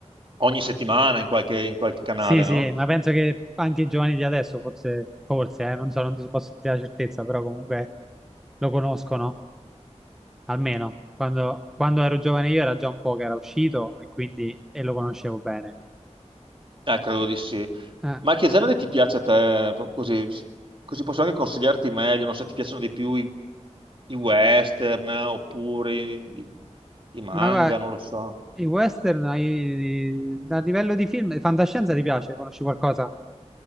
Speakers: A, on the right (about 45°); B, in the centre.
A: ogni settimana in qualche, in qualche canale,
B: Sì, sì,
A: no?
B: ma penso che anche i giovani di adesso, forse, forse, eh, non so, non ti posso dire la certezza, però comunque lo conoscono, almeno. Quando, quando ero giovane io era già un po' che era uscito e quindi e lo conoscevo bene.
A: Eh, credo
B: Che-
A: di sì.
B: eh.
A: Ma che genere ti piace a te? Po- Così, così posso anche consigliarti meglio, non so, ti piacciono di più i, i western oppure i, i- i manga,
B: Ma guarda,
A: non lo so.
B: i western i- a livello di film, fantascienza ti piace? Conosci qualcosa?